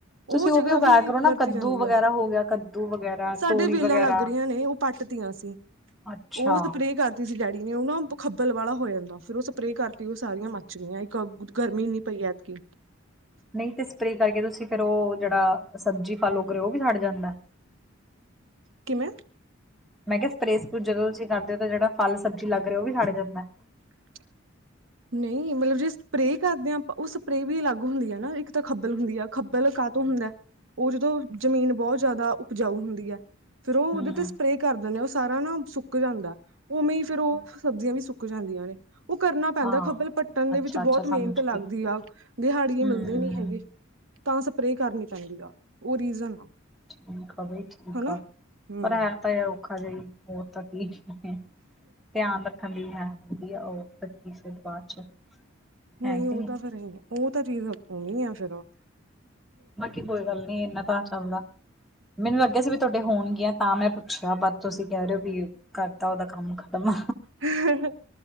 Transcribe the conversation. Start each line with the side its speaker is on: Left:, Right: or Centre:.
Right: ਉਹ
Centre: ਤੁਸੀਂ
Right: ਜਗ੍ਹਾ
Centre: ਉਗਾਇਆ
Right: ਵੀ
Centre: ਕਰੋ ਨਾ
Right: ਵਰਤੀ
Centre: ਕੱਦੂ
Right: ਜਾਂਦੀ
Centre: ਵਗੈਰਾ
Right: ਆ।
Centre: ਹੋ ਗਿਆ ਕੱਦੂ ਵਗੈਰਾ
Right: ਸਾਡੇ
Centre: ਤੋਰੀ
Right: ਵੇਲਾਂ
Centre: ਵਗੈਰਾ
Right: ਲੱਗ ਰਹੀਆਂ ਨੇ ਉਹ ਪੱਟ ਤੀਆਂ ਸੀ,
Centre: ਅੱਛਾ
Right: ਉਹ ਸਪਰੇਅ ਕਰਦੀ ਸੀ ਡੈਡੀ। ਉਹ ਨਾ ਖੱਬਲ ਵਾਲਾ ਹੋ ਜਾਂਦਾ ਫੇਿਰ ਉਹ ਸਪਰੇਅ ਕਰਤੀ ਉਹ ਸਾਰੀਆਂ ਮੱਚ ਗਈਆਂ, ਇੱਕ ਗਰਮੀ ਨੀ ਪਈ ਐਤਕੀ।
Centre: ਨਹੀਂ ਤੇ ਸਪਰੇ ਕਰਕੇ ਤੁਸੀਂ ਫੇਿਰ ਉਹ ਜਿਹੜਾ, ਸਬਜ਼ੀ ਫਲੋ ਕਰੇ ਉਹ ਵੀ ਛੱੜ ਜਾਂਦਾ
Right: ਕਿਵੇਂ?
Centre: ਮੈਂ ਕਿਹਾ ਸਪਰੇ ਸਪਰੂ ਜਦੋਂ ਤੁਸੀਂ ਕਰਦੇ ਹੋ ਤਾਂ ਜਿਹੜਾ ਫਲ ਸਬਜ਼ੀ ਲੱਗ ਰਿਹਾ ਉਹ ਵੀ ਸੜ ਜਾਂਦਾ ਹੈ?
Right: <inaudible> ਨਹੀਂ ਮਤਲਬ ਜੇ ਸਪਰੇਅ ਕਰਦੇ ਹਾਂ ਆਪਾਂ ਉਹ ਸਪਰੇ ਵੀ ਅਲੱਗ ਹੁੰਦੀ ਆ ਨਾ ਇੱਕ ਤਾਂ ਖੱਬਲ ਹੁੰਦੀ ਆ ਖੱਬਲ। ਤੋਂ ਹੁੰਦਾ ਹੈ, ਉਹ ਜਦੋਂ ਜਮੀਨ ਬਹੁਤ ਜ਼ਿਆਦਾ ਉਪਜਾਊ ਹੁੰਦੀ ਹੈ। ਫੇਰ ਉਹਦੇ
Centre: ਹੂੰ
Right: ਤੇ ਸਪਰੇਅ ਕਰ ਦਿੰਦੇ ਆ। ਸਾਰਾ ਨਾ ਸੁੱਕ ਜਾਂਦਾ, ਉਵੇਂ ਫੇਰ ਉਹ ਸਬਜ਼ੀਆਂ ਵੀ ਸੁੱਕ ਜਾਂਦੀਆਂ ਨੇ ਉਹ ਕਰਨਾ ਪੈਂਦਾ
Centre: ਹਾਂ
Right: ਖੱਬਲ ਪੱਟਣ ਦੇ
Centre: ਅੱਛਾ
Right: ਵਿੱਚ ਬਹੁਤ
Centre: ਅੱਛਾ ਸਮਝ
Right: ਮਿਹਨਤ ਲੱਗਦੀ
Centre: ਗਈ
Right: ਆ, ਦਿਹਾੜੀਏ
Centre: ਹੂੰ
Right: ਮਿਲਦੇ ਨੀ ਹੈਗੇ ਤਾਂ ਸਪਰੇ ਕਰਨੀ ਪੈਂਦੀ ਆ, ਉਹ ਰੀਜ਼ਨ ਆ
Centre: ਠੀਕ ਆ ਬਈ ਠੀਕ
Right: ਹਨਾ
Centre: ਆ,
Right: ਹਮ
Centre: ਪਰ ਹੈ ਤਾਂ ਹੈ ਔਖਾ ਜਹੀ ਹੋਰ ਤਾਂ ਧਿਆਨ ਰੱਖਣ ਦੀ ਹੈ, ਵਧੀਆ ਉਹਲੀੇ ਬਾਅਦ ਚ।
Right: ਨਹੀਂ
Centre: ਹੈ ਕਿ
Right: ਉਹ ਤਾਂ ਫਿਰ, ਉਹ ਤਾਂ ਚੀਜ਼ ਨੀ ਆ ਫਿਰ ਉਹ
Centre: ਬਾਕੀ ਕੋਈ ਗੱਲ ਨੀ ਇੰਨਾ ਤਾਂ ਚੱਲਦਾ, ਮੈਨੂੰ ਲੱਗਿਆ ਸੀ ਵੀ ਤੁਹਾਡੇ ਹੋਣਗੀਆਂ। ਤਾਂ ਮੈਂ ਪੁੱਛਿਆ ਬ ਤੁਸੀਂ ਕਹਿ ਰਹੇ ਹੋ ਵੀ, ਕਰਦਾ ਉਹਦਾ ਕੰਮ ਖਤਮ।
Right: ਹਂ, ਹਂ।